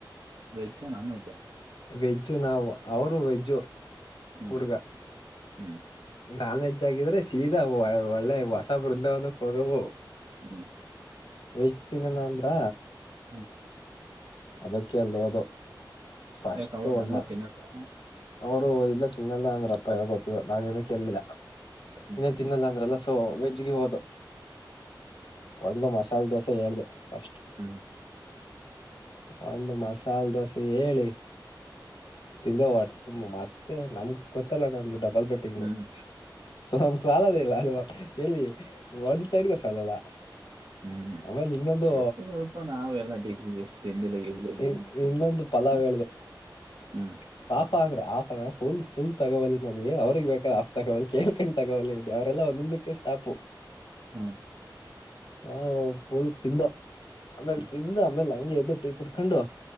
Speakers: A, on the right; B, on the left.
A: ವೆಜ್ಜಾ ನಾನ್ವೆೆಜ್ಜಾ
B: ವೆಜ್ ನಾವು ಅವರು ವೆಜ್ಜು.
A: ಹ್ಮ್.
B: ಹುಡ್ಗ
A: ಹ್ಞೂ. <inaudible>
B: ನಾನ್ ವೆಜ್ ಆಗಿದ್ರೆ ಸೀದಾ ಒಳ್ಳೆ ಹೊಸ ಬೃಂದಾವನಕ್ ಹೋಗವು
A: ಹ್ಮ್ <inaudible>
B: ವೆಜ್ ತಿನನ ಅಂದ್ರ.
A: ಸ <inaudible>
B: ಅದಕ್ಕ ಲೋದೋ ಫಸ್ಟು
A: ಯಾಕ ಅವ್ರು
B: ಒಂದ್
A: ನಾನ್ ವೆಜ್
B: ಮಾಸ
A: ತಿನ್ನಲ್ವಾ
B: ಅವರು ಇಲ್ಲ ತಿನ್ನಲ್ಲ ಅಂದ್ರ ಅಪ್ಪ ಗೊ ನಾನೇಏನ ಕೇಳಲಿಲ್ಲ
A: ಹ್ಮ್ ಹ್ಮ್
B: ತಿನ್ನಲ್ಲ ಅಂದ್ರಲ್ಲ ಸೂ ವೆಜ್ಗೆ ಹೋದು ಒಂದು ಮಸಾಲೆ ದೋಸೆ ಹೇಳ್ದ ಫಸ್ಟ್
A: ಹ್ಮ್
B: ಒಂದು ಮಸಾಲೆ ದೋಸೆ ಹೇಳಿ ತಿಂದ ಹೊಡ್ ಮತ್ತೆ ನಮ್ಧ್ ಗೊತ್ತಲ್ಲ ನಮ್ ಡಬ್ ಬಲ್ಬಟ್ಟಿಂಗು
A: ಹ್ಮ್
B: ಸ ಸಾಲೊದ್ಧೆ ಇಲ್ಲ ಅಲ್ವಾ. ಎಲ್ಲಿ ಒಂದು ಸೈಡಿಗೆ ಸಾಲಲ್ಲ
A: ಹ್ಮ್
B: ಆಮೇಲೆ ಇನ್ನೊಂದು
A: ಗೊತ್ತೋ ಗೊತ್ತೋ ನಾವ ಎಲ್ಲ ಡಿಗ್ರಿಲಿ ಎಷ್ಟು ತಿಂದಿಲ್ಲ ಎಲ್ಲೆಲ್ಲಿ
B: ಇ- ಇ-
A: ಏನೇನೋ ತಿಂದಿದೀವಿ.
B: ಇನ್ನೊಂದು ಪಲಾವ್
A: ಹ್ಮ
B: ಹಾಫ್ ಅಲ್ಲ ಫುಲ್ ಫಲ್ ತಗೋ ನನ್ಗೆ ಅವ್ರಗ್ ಬೇಕಾರೆ ಆಫ್ ತಗೊಲ್ ಕೇಳ್ಕೊಂಡ್ ತಗೋಲ್ಲಲೆ <unintelligible> ಅವರೆಲ್ಲ ಒಂದುಕ್ಕೆ ಸ್ಟಾಪು.
A: ಹ್ಮ್
B: ಹಾ ಫುಲ್ ತಿಂದೋ ಆಮೇಲೆ
A: ಹ್ಮ್
B: ತಿಂದ್ ಆಮೇಲೆ ಹಂಗೆ ಎದೆ ಟೀ ಕುಡ್ಕಂಡು